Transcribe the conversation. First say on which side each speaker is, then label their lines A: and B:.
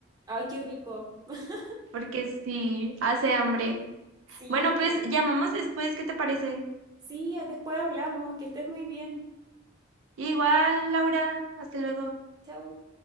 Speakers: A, on the right; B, on the right.
A: Ay, qué rico. <laughs>
B: porque sí, hace hambre.
A: Sí,
B: Bueno,
A: total.
B: pues llamamos después, ¿qué te parece?
A: Sí, después hablamos. Que estés muy bien.
B: Igual, Laura, hasta luego.
A: Chau.